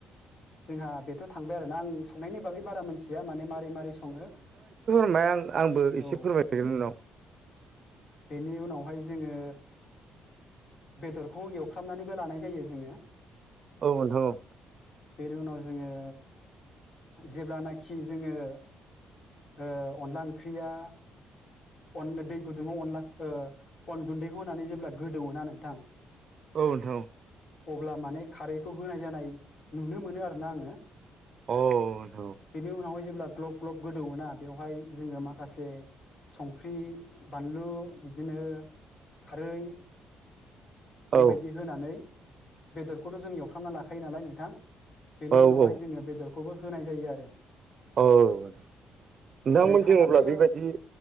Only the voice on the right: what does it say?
मायआं आंबो
एसे फोरमायहदों उनाव।
औ ओन्थां औ।
औ नोंथां औ।
औ ओनथां औ।
औ
औ
औ
औ नोंथांमोनथि
अब्ला बेबायदि